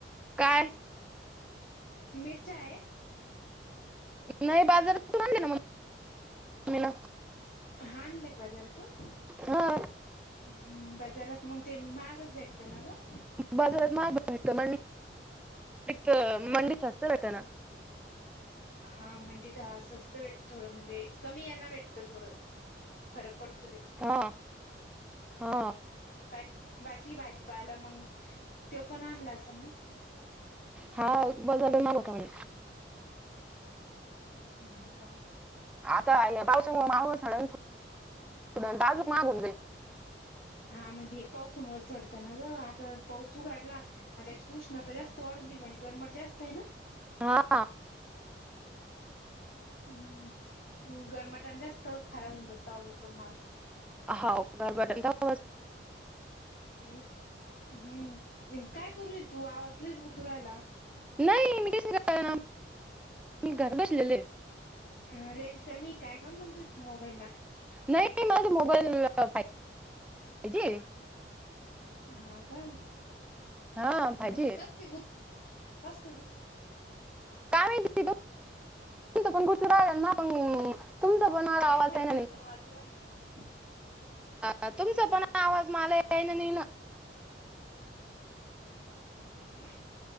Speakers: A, in the centre; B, on the left.
A: काय
B: मिरच्या आहे.
A: नाही बाजारातून आणल्या ना मंग मिन
B: हाणल्या का बाजारातून
A: हो
B: हम्म बजारात मंग ते महागच भेटतं ना ग
A: बाजारात महाग भेटत म मंडीत स्वस्त भेट ना
B: हा मंडीत हा स्वस्त भेटत थोडं म्हणजे कमी यांन भेटतं थोडं फरक पडतो ते
A: हा हा
B: बाकी बाकी भाजी पाला मंग त्यो पण आणला असनं ना?
A: हा बाजार लय महाग होता म्हणे
B: ह का.
A: आता पावसामुळे महागचं होणार ना थोडा अजून महाग होऊन जाईल.
B: हा म्हडे पावसामुळ सडतं ना ग आता पाऊस उघाडला आता त्याच्यात उष्णता जास्त वाढून गेली म्हणजे गरमट जास्त आहे ना
A: हा.
B: हम्म गरमाटाने जास्त खराब होऊन जात आहो तो माल
A: हाव गरबटानी <unintelligible>
B: हं हम्म काय करूय तू आवाज लयच गुतु रायला.
A: नाही मी काहीच मी घरात बसलेलेये.
B: अ रेंज कमी काय कामुन मग तुझ मोबाईल ला
A: नाही मला ते मोबाईल <unintelligible> पाहिजे.
B: हा का
A: हा फाय
B: मंग
A: जी
B: कस काय गुत कस काय गुत
A: काय माहिती तिद <unintelligible> तुमच पण गुंतू राहिलाय मा पण मला
B: खर
A: आवाज
B: खरं
A: आहे ना
B: खर
A: नाही
B: खरं वाजूून राहीलय नुसतं.
A: आ तुमचा पण आवाज मला यय न नी न
B: हा काय